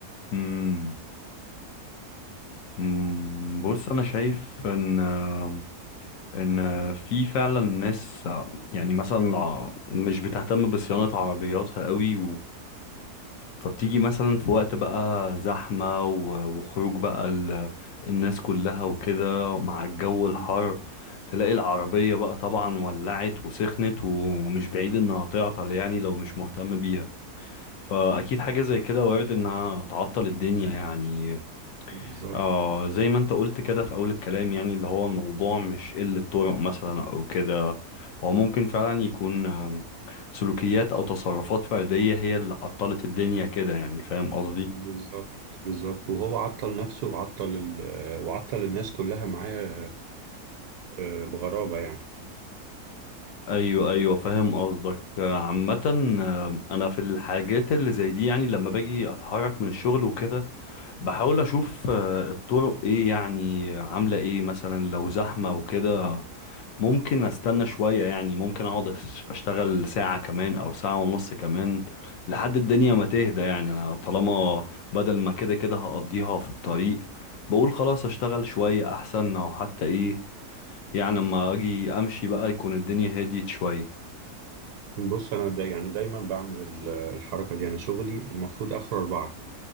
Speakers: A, on the left; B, on the right.
A: امم أمم. بص انا شايف ان آه، ان آه، في فعلا ناس آه، يعني مثلا آه، مش بتهتم بصيانة عربياتها قوي فبتيجي مثلا في وقت بقى زحمة و- وخروج بقى ال... الناس كلها وكده مع الجو
B: مم.
A: الحر تلاقي العربية بقى طبعا ولعت وسخنت ومش بعيد انها تعطل يعني لو مش مهتم بيها فأكيد حاجة زي كده وارد انها تعطل الدنيا يعني
B: بالظبط
A: اه زي ما انت قلت كده في اول الكلام يعني اللي هو الموضوع مش قلة طرق مثلا او كده هو ممكن فعلا يكون آم، سلوكيات او تصرفات فردية هي اللي عطلت الدنيا كده يعني فاهم قصدي
B: بالظبط بالظبط وهو عطل نفسه وعطل ال... وعطل الناس كلها معاه آه، بغرابة يعني
A: ايوه ايوه فاهم قصدك آه، عامة آم، انا في الحاجات اللي زي دي يعني لما باجي اتحرك من الشغل وكده بحاول اشوف آه، الطرق ايه يعني عاملة ايه مثلا لو زحمة وكده ممكن استنى شوية يعني ممكن اقعد أش- اشتغل ساعة كمان او ساعة ونص كمان لحد الدنيا ما تهدى يعني انا طالما بدل ما كده كده هقضيها في الطريق بقول خلاص اشتغل شوية احسن او حتى ايه يعني لما اجي امشي بقى يكون الدنيا هديت شوية
B: بص أنا دا يعني دايما بعمل ال- الحركة دي أنا شغلي المفروض آخر أربعة